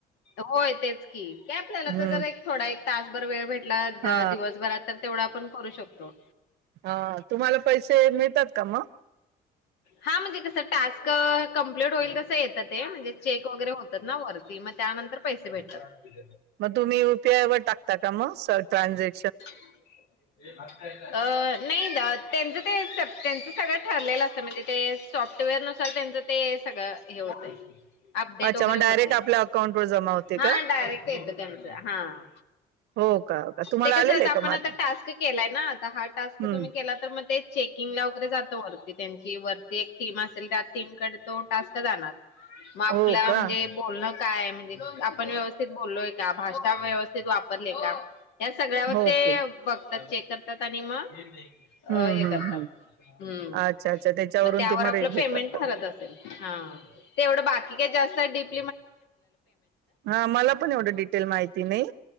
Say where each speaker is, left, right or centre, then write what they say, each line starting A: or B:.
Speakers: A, on the left; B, on the right.
A: होय तेच की, आपल्याला
B: हम्म
A: तर जर एक थोडा एक तासभर वेळ भेटला
B: हा
A: दिवसभरात, तर तेवढा पण करू शकतो.
B: हां तुम्हाला पैसे मिळतात का म?
A: हां म्हणजे कसं टास्क कंप्लीट होईल तसं येतं ते म्हणजे चेक वगैरे होतात ना वरती मग त्यानंतर पैसे भेटतात.
B: मग तुम्ही यु पी आय वर टाकता का मग <unintelligible> ट्रांजे
A: <unintelligible> अ नाही <unintelligible> त्यांचं ते त्यांचं सगळं ठरलेलं असतं म्हणजे ते सॉफ्टवेअरनुसार त्यांचं ते सगळं हे होतंय. अपडेट
B: अच्छा
A: वगैरे
B: मग
A: होतय
B: डायरेक्ट आपल्या अकाउंटवर जमा होते
A: हा
B: का?
A: डायरेक्ट येतं त्यांचं हा
B: हो का? तुम्हाला
A: ते
B: आलेलं
A: कसं
B: आहे
A: आपण
B: का मार्क
A: आता टास्क केलाय ना आता हा टास्क
B: हम्म
A: तुम्ही केला तर मग ते चेकिंगला वगैरे जा त वरती त्यांची वरती एक टीम असेल त्या टीमकड तो टास्क जाणार. मग आपल्या
B: हो का
A: म्हणजे बोलणं काय म्हणजे आपण व्यवस्थित बोललोय का? भाषा व्यवस्थित वापरलीय का? या सगळ्यावर
B: ओके
A: ते बघ तर चेक करतात आणि म <unintelligible> अं
B: हम्म
A: हे
B: हम्म
A: करतात.
B: हम्म
A: हम्म
B: अच्छा अच्छा त्याच्यावरून
A: मग त्यावर
B: ते
A: आपलं
B: हे
A: पेमेंट
B: करतात
A: ठरत असेल? हां, तेवढं बाकी काय जास्त डिप
B: हां मला पण एवढं डिटेल माहिती नाही.